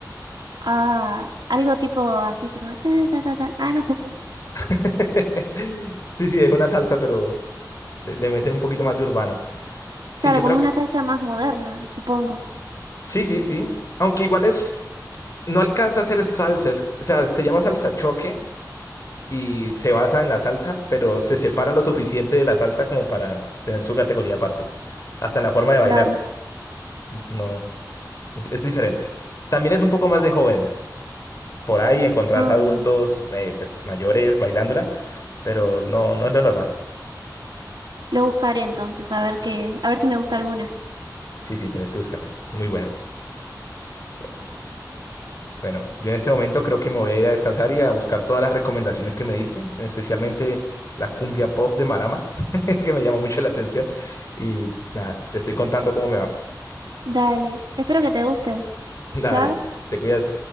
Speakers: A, on the right; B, on the left.
A: Ah, algo tipo así, tipo... ta, ta, ta, ta. Ah, no sé. <laughs>
B: <laughs> Sí, sí, es una salsa, pero le, le meten un poquito más de urbano. Sí,
A: Claro,
B: yo
A: como
B: creo que...
A: una salsa más moderna, supongo.
B: Sí, sí, sí. Aunque igual es... No alcanza a ser salsa, es- o sea, se llama salsa choque y se basa en la salsa, pero se separa lo suficiente de la salsa como para tener su categoría aparte, hasta en la forma de bailar.
A: Claro.
B: Entonces, no, es, es diferente. También es un poco más de jóvenes. Por ahí encontrás
A: Ah,
B: adultos eh, pues, mayores bailándola, pero no, no es lo normal.
A: Lo buscaré entonces, a ver qué, a ver si me gusta alguna.
B: Sí, sí, tienes que buscarla. Es muy buena. Bueno, bueno, yo en este momento creo que me voy a ir a descansar y a buscar todas las recomendaciones que me diste, especialmente la cumbia pop de Marama, <laughs> que me llamó mucho la atención. Y nada, te estoy contando cómo me va.
A: Dale, espero que te gusten.
B: <laughs> Dale,
A: Chao.
B: te cuidas.